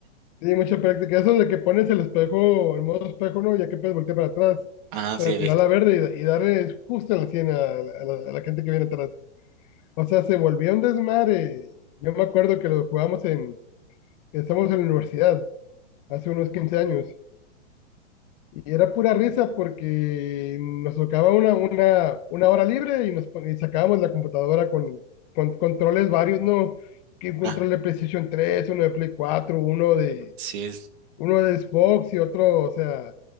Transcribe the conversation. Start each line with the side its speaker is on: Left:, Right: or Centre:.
Left: Sí, mucha práctica, eso de que pones el espejo, el modo espejo, ¿no? Ya que puedes voltear para atrás
Right: <laughs> Ajá,
Left: para
Right: sí, he visto.
Left: tirar la verde y, y darle justo en la sien a, la a la- a la gente que viene atrás. O sea, se volvió un desmadre. Yo me acuerdo que lo jugamos en, que estábamos en la universidad, hace unos 15 años, y era pura risa porque nos tocaba una, una, una hora libre y, nos, pon- y sacábamos la computadora con, con controles varios, ¿no? Que un control
Right: Ah,
Left: de PlayStation tres, uno de Play cuatro, uno de,
Right: sí,
Left: uno de Xbox y otro, o sea,